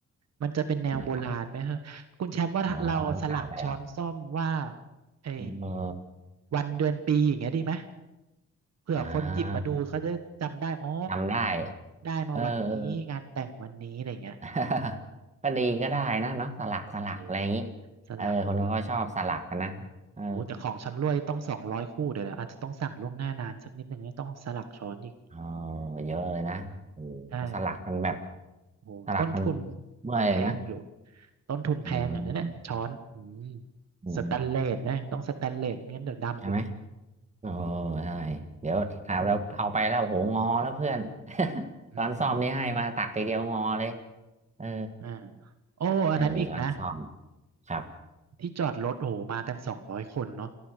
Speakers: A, on the right (about 60°); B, on the right (about 25°).
A: มันจะเป็นแนวโบราณไหมฮะคุณแชมป์ว่าเราสลักช้อนส้อมว่า
B: นะครับอ๋อเก่าไปเหรอ
A: เออ
B: เออ
A: วันเดือนปีอย่างเงี้ยดีไหมเผื่อคนหยิบมาดูเขาจะจำได้อ๋อ
B: อ่าจำได้
A: ได้มาวันนี้งานแต่งวันนี้อะไรเงี้ย
B: เออเออ <laughs> ก็ดีก็ได้นะเนาะสลักสลักอะไรอย่างนี้
A: เออสลักโอ้โห
B: เออคนเขาก็ชอบสลักกันนะเออ
A: โอ้โหแต่ของชำร่วยต้องสองร้อยคู่เดี๋ยวเดี๋ยวอาจจะต้องสั่งล่วงหน้านานสักนิดหนึ่งเนี่ยต้องสลักช้อนอีก
B: เอ๋อเยอะเลยนะโอ้โหสลักกันแบบ
A: ใช่ โอ้โหต้นทุน
B: สลักกันเมื่อยเลยนะ
A: แพงอยู่ต้นทุนแพงอ่ะนั่นแหละช้อนอืม
B: อืม อืม
A: สแตนเลสนะต้องสแตนเลสไม่งั้นเดี๋ยวดำอีก
B: ใช่ไหมโอ้ใช่เดี๋ยวถามเราเอาไปแล้วโอ้โหงอแล้วเพื่อน <laughs>
A: อืม
B: ช้อนซ่อมนี่ให้มาตักทีเดียวงอเลยเออ
A: อ่าโอ้อันนั้นอีกนะ
B: อ่ามีช้อนซ่อมครับ
A: ที่จอดรถโอ้หมากันสองร้อยคนเนาะ